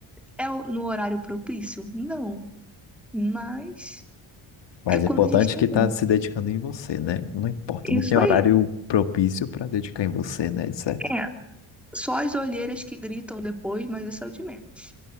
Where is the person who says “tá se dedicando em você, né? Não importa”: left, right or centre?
Left